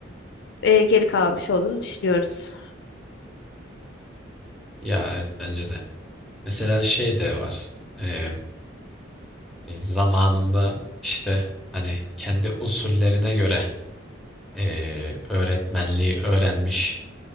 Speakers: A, on the left; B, in the centre.
A: e, geri kalmış olduğunu düşünüyoruz.
B: Ya evet bence de. Mesela şey de var. E, e, zamanında işte hani kendi usullerine göre e, öğretmenliği öğrenmiş